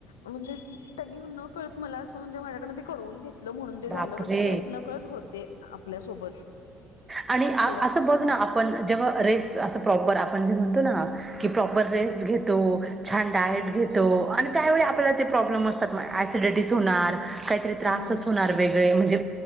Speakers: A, on the left; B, on the right.
A: म्हणजे त्यांनी न कळत मला असं म्हणजे माझ्याकडन ते करवून घेत म्हणून ते झालं
B: बापरे
A: म्हणजे ते नकळत होते आपल्यासोबत
B: आणि
A: तेव्हापासून
B: असं बघ ना आपण जेव्हा रेस्ट असं प्रॉपर आपण जे म्हणतो ना की प्रॉपर रेस्ट घेतो छान डाएट
A: हम्म
B: घेतो आणि त्यावेळी आपल्याला ते प्रॉब्लेम असतात मग ॲसिडिटीज होणार काहीतरी त्रासच
A: हम्म
B: होणार वेगळे म्हणजे